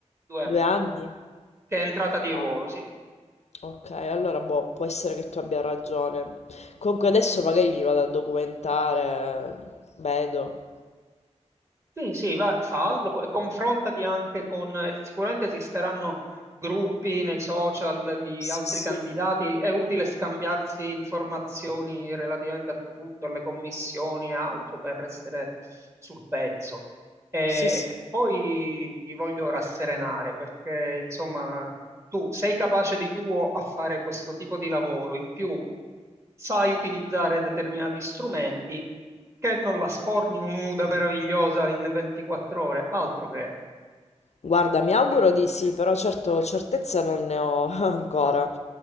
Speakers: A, on the right (about 25°); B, on the left (about 65°).
A: due anni,
B: due anni?
A: che è entrata di ruolo,
B: No.
A: sì.
B: Ok, allora boh, può essere che tu abbia ragione. Comunque adesso magari mi vado a documentare, vedo.
A: Sì, sì, va- fallo, co- confrontati anche con, eh, sicuramente esisteranno gruppi nei social di
B: Sì,
A: altri
B: sì.
A: candidati, è utile scambiarsi informazioni relativamente a tutto, alle commissioni e altro per restare sul pezzo. E,
B: Sì, sì.
A: e poi ti voglio rasserenare perché, insomma, tu sei capace di tuo a fare questo tipo di lavoro, in più sai utilizzare determinati strumenti che non la sforni un'uda meravigliosa in 24 ore, altro che
B: Guarda, mi auguro di sì, però certo certezza non ne ho <laughs> ancora.